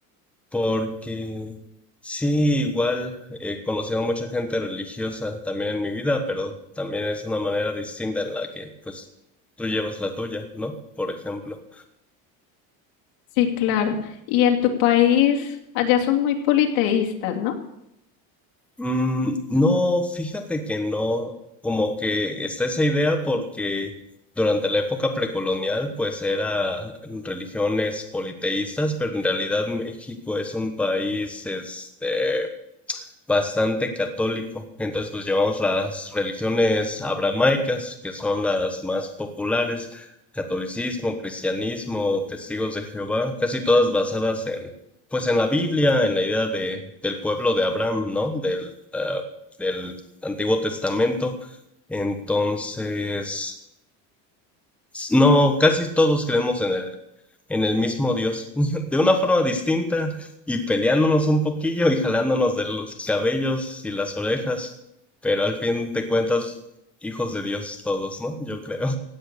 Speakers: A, in the centre; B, on the left.
A: Porque sí, igual he conocido a mucha gente religiosa también en mi vida, pero también es una manera distinta en la que pues tú llevas la tuya, ¿no? Por ejemplo.
B: Sí, claro. Y en tu país, allá son muy politeístas, ¿no?
A: Mm, no, fíjate que no, como que está esa idea porque durante la época precolonial pues era religiones politeístas, pero en realidad México es un país este bastante católico. Entonces, pues llevamos las religiones abramaicas, que son las más populares, catolicismo, cristianismo, testigos de Jehová, casi todas basadas en, pues en la Biblia, en la idea de, del pueblo de Abraham, ¿no? Del, ah, del Antiguo Testamento. Entonces, no, casi todos creemos en el, en el mismo Dios, <laughs> de una forma distinta y peleándonos un poquillo y jalándonos de los cabellos y las orejas, pero al fin de cuentas, hijos de Dios todos, ¿no? Yo creo.